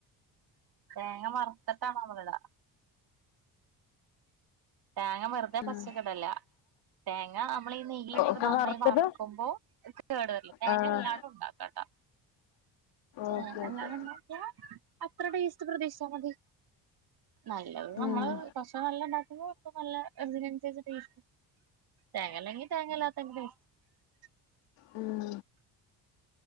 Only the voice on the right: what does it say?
തേങ്ങ വറത്തിട്ടാണ് നമ്മളിടാ തേങ്ങ വെറുതെ പച്ചക്കിടല്ല
തേങ്ങ നമ്മളീ നെയ് യ്യ്ല്ങ്ങട്
നന്നായ്
വർക്കുമ്പോ <unintelligible> കേടുവരില്ല തേങ്ങല്ലാണ്ടും
ണ്ടാക്കാട്ടോ തേങ്ങല്ലാതെ
ണ്ടാക്യാ അ ത്ര ടേസ്റ്റ് പ്രതീക്ഷിച്ചാ മതി നല്ലത് നമ്മള്
കൊർച്ച് നല്ലണ്ടാ ക്ക് മ്പോ കൊർച്ച് നല്ല ഇതിനൻസരിച്ച് ടേസ്റ്റ് തേങ്ങല്ലെങ്കി തേങ്ങല്ലാത്ത നമ്മക്ക് <unintelligible>